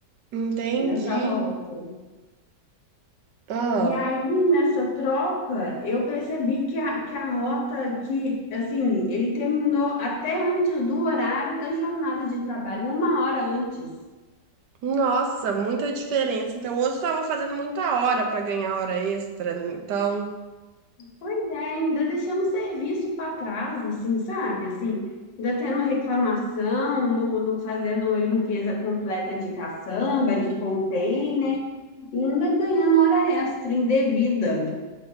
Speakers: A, on the right; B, on the left.
A: Entendi.
B: Dessa rota.
A: Ah,
B: E aí, nessa troca, eu percebi que a, que a rota, que, assim, ele terminou até antes do horário da jornada de trabalho, uma hora antes.
A: nossa, muita diferença. Então, hoje eu estava fazendo muita hora para ganhar hora extra, então.
B: Pois é, ainda deixando o serviço para trás, assim, sabe? Assim, ainda tendo reclamação, no, no fazendo limpeza completa de caçamba, de container, e ainda ganhando hora extra indevida.